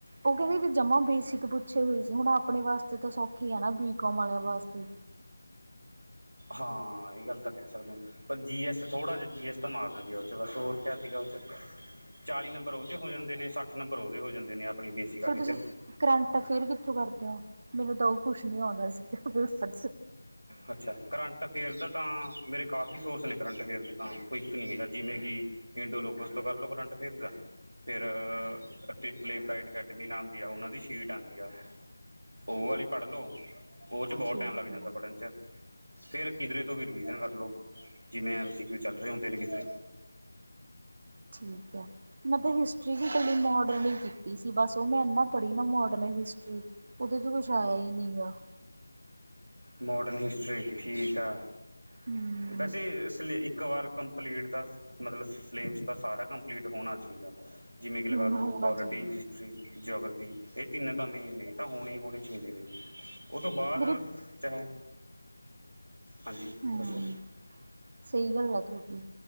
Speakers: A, on the right (about 35°); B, on the right (about 80°).
A: ਉਹ ਕਹਿੰਦੇ ਵੀ ਜਮਾ ਬੇਸਿਕ ਪੁੱਛੇ ਹੋਏ ਸੀ ਹੁਣ ਆਪਣੇ ਵਾਸਤੇ ਤਾਂ ਸੌਖੀ ਆ ਨਾ ਬੀ ਕੌਮ ਵਾਲਿਆਂ ਵਾਸਤੇ।
B: ਹਾਂ ਇਹ ਗੱਲ ਤਾਂ ਕਹਿ ਸਕਦੇ ਹੋ। ਪਰ ਜੀ ਐਸ ਥੋੜ੍ਹਾ ਜਿਹਾ ਜੀ ਐਸ ਤਾਂ ਮਾਰ ਦਿੰਦੀ ਆ ਉਹ ਚ ਬਸ ਹੋਰ ਪ੍ਰੈਕਟੀਕਲ ਚ ਚਾਲੀ ਨੰਬਰ ਉਹਦੇ ਹੋ ਜਾਂਦੇ ਨੇ ਸੱਠ ਨੰਬਰ ਉਹਦੇ ਹੋ ਜਾਂਦੇ ਨੇ ਆਪਣੀ ਬੇਸਿਕ ਆਲੇ
A: ਫਿਰ ਤੁਸੀਂ
B: ਚ।
A: ਕਰੰਟ ਫੇਰ ਕਿੱਥੋਂ ਕਰਦੇ ਹੋ ਮੈਨੂੰ ਤਾਂ ਉਹ ਕੁਛ ਨੀ ਆਉਂਦਾ ਸੀਗਾ ਪੇਪਰ।
B: ਅੱਛਾ ਕਰੰਟ ਅਫੇਅਰ ਦਾ ਤਾਂ ਮੇਰੇ ਕਾਫੀ ਸੋਰਸ ਨੇ ਕਰੰਟ ਅਫੇਅਰ ਦੇ ਤਾਂ। ਇੱਕ ਨਹੀਂ ਹੈਗਾ ਜਿਵੇਂ ਕਿ ਇੰਡੋਲੋਗਸ ਤੋਂ ਕਰਲੋ ਕਰੰਟ ਅਫੇਅਰ ਦਾ। ਫਿਰ ਟ੍ਰਿਪਲੇ ਬਰਾਈਟ ਅਕੈਡਮੀ ਨਾਮ ਦੀ ਆ ਉਹਨਾਂ ਦੀ ਸ਼ੀਟ ਆਉਂਦੀ ਆ। ਉਹ ਵਾਲੀ ਪੜ੍ਹ ਲੋ ਉਹ ਚ ਬਹੁਤ
A: ਠੀਕ
B: ਟਾਈਮ ਲੱਗ ਜਾਂਦਾ
A: ਹੈ
B: ਪੜ੍ਹਨ ਚ। ਫਿਰ ਕਿਧਰੇ ਤੋਂ ਵੀ ਰਿਵੀਜ਼ਨ ਕਰ ਲਓ ਜਿਵੇਂ ਐਮ ਸੀ ਕੀਓ ਚੱਲ ਰਹੇ ਹੁੰਦੇ ਨੇ ਕਿਧਰੇ।
A: ਠੀਕ ਹੈ। ਮੈਂ ਤਾਂ ਹਿਸਟਰੀ ਵੀ ਕਲੀ ਮੋਡਰਨ ਹੀ ਸੀ ਬਸ ਉਹ ਮੈਂ ਇਨਾ ਪੜ੍ਹੀ ਨਾ ਮੋਡਰਨ ਹਿਸਟਰੀ ਉਹਦੇ ਚ ਕੁਛ ਆਇਆ ਹੀ ਨਹੀਂ ਗਾ।
B: ਮੋਡਰਨ ਹਿਸਟਰੀ ਠੀਕ ਆ।
A: ਹਮ
B: ਵੈਸੇ ਇਸ ਇੱਕ ਵਾਰ ਕੰਪਲੀਟ ਤਾਂ ਮਤਲਬ ਸਿਲੇਬਸ ਦਾ ਸਾਰਾ ਕੰਪਲੀਟ ਹੋਣਾ ਚਾਹੀਦਾ ਜਿਵੇਂ ਕਿ ਲਗਾ
A: ਹਮ
B: ਲਓ
A: ਹੋਣਾ
B: ਪੋਲੀਟੀ
A: ਚਾਹੀਦਾ।
B: ਜਿਉਗ੍ਰਫੀ ਇਹ ਤਿੰਨ ਤਾਂ ਮੈਨ ਨੇ ਤਾਂ ਹੋਣੇ ਹੀ ਹੋਣੇ ਚਾਹੀਦੇ ਨੇ ਉਹ ਤੋਂ ਬਾਅਦ
A: ਮੇਰੀ
B: ਚਾਹੇ ਹਾਂਜੀ
A: ਹਮ
B: ਦੱਸੋ।
A: ਸਹੀ ਗੱਲ ਹੈ ਤੁਹਾਡੀ